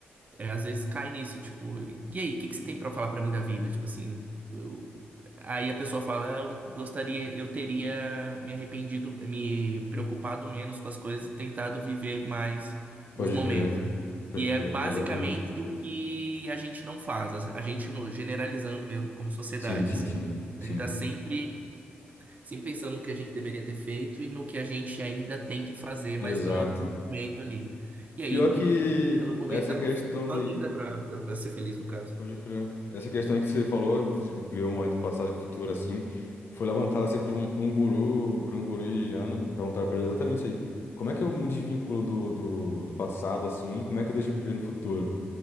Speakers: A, on the right; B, on the left.
A: é, às vezes cai nisso, tipo, e aí, o que que você tem pra falar pra mim da vida? Tipo assim, eu- aí a pessoa fala, "Ah, eu gostaria, eu teria me arrependido, me preocupado menos com as coisas e tentado viver mais
B: Pode
A: os momentos.
B: crer, pode
A: E é
B: crer,
A: basicamente
B: exatamente.
A: o que a gente não faz, a a gente no- generalizando mesmo como sociedade,
B: Sim, sim,
A: assim.
B: sim, sim,
A: A gente tá sempre Sim, pensando no que a gente deveria ter feito e no que a gente ainda tem que fazer, mas
B: exato.
A: não aquele momento ali. E aí,
B: Pior que
A: te- no momento,
B: essa
A: dá
B: questão
A: pra, sozinho
B: daí,
A: dá pra, dá pra ser feliz, no caso.
B: pode crer, essa questão aí que você falou de ver o momento passado e futuro assim, foi levantada assim por um, por um guru, por um guru indiano, perguntaram pra ele exatamente isso aí. Como é que eu me desvinculo do, do, do passado assim, como é que eu deixo de viver no futuro?